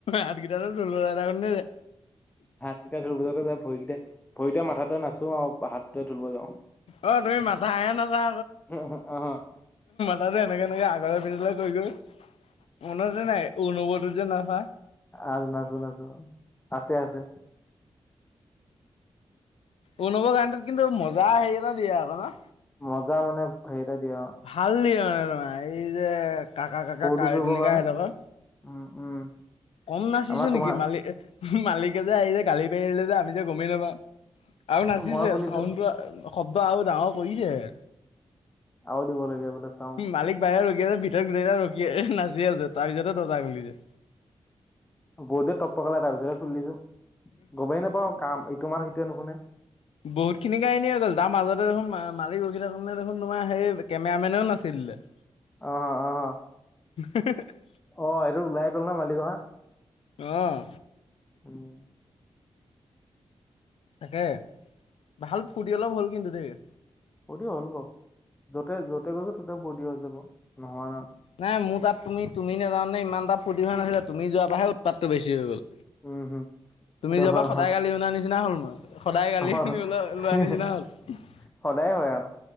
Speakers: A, on the left; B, on the left.
A: হাতকেইটা এটা যে
B: হাতকেইটা ধুলবলৈকে যা ভৰিকেইটা ভৰিটোৱে মাথাটো নাচো আৰু হাতটোৱে ধুলব যাওঁ
A: অ তুমি মাথাহে নাছা
B: উ হ আহ
A: তাতো এনেকে এনেকে আগৰ পিছলৈ কৈ গৈ মনত যে নাই অনুবতো যে নহা
B: আৰু নাচো নাচো। আছে আছে
A: উব গানটোত কিন্তু মজা হেৰি এটা দিয়ে আকৌ ন
B: মজা মানে হেৰি এটা দিয়ে অ
A: ভাল দিয় ত এই যে কাকা কাকা
B: ফূৰ্তি
A: কাৱৈ
B: কৰিবৰ
A: দিলিকা
B: কাৰণে
A: সিহঁতকৰ
B: উম উম।
A: কম নাচিছো
B: আমাৰ তোমাৰ
A: নেকি মালিক মালিকে যে আহি যে গালি লে যে আমি যে গমেই নবা আৰু নাচিছে
B: মই খুলিছো
A: চাউড শব্দ আৰু ডাঙৰ কৰিছেহে
B: আৰু দিবলগীয়া বোলে চাউণ্ড
A: মালিক বাহিৰে ৰখি আছে ভিতৰত গোটেইটা ৰখি আছে এ নাচি আছে তাৰ পিছতে দজা খুলি যে
B: বৰ্দে টপটকালে এটাৰ পিছৰে ফুলি দিছো গবেই নাপাওঁ কাম ইটো মাৰ সেইটোৱে নুশুনে
A: বহুত খিনি কাহিনী হৈ গ'ল তাৰ মাজতে দেখোন মালিক ৰখি থাৰ কাৰণে দেখোন তোমাৰ সেই কেমেৰা মেনেও নাছিল ইলে
B: আহ হ অ অ
A: হ হ হ। <unintelligible>
B: অ এইটো ওলাই গ'ল ন মালিকপা।
A: আহ।
B: উম্।
A: তাকে ভাল ফূৰ্তি অলপ হ'ল কিন্তু দেই।
B: ফূৰ্তি হ'ল বাও য'তে য'তে গৈছো ততে ফৰ্তিও হৈ যাব কোহোৱা নহয়।
A: নাই মোৰ তাত তুমি তুমি নেজানে ইমান তটা ফূ্তি হোৱা নাছিলে তুমি যোৱাৰ পৰাে উৎপাতটো বেছি হৈ গ'ল,
B: উম হম
A: তুমি
B: এইটো
A: যোৱা
B: হয়
A: পৰা সদায়
B: হয়
A: গালি উনাাৰ নিচিনা হল মই, সদায় গালিনি
B: হয় হয়।
A: ওল লোৱাৰ নিচিনা হল একগ
B: সদায় হয় আৰু